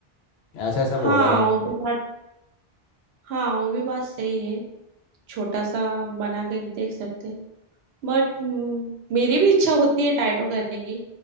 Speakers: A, on the left; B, on the right.
A: ऐसा ऐसा
B: हाँ
A: बोला था
B: वो भी बात हाँ वो भी बात सही है छोटा सा बना के देख सकते हैं बट मेरी भी इच्छा होती है टाइटो करने की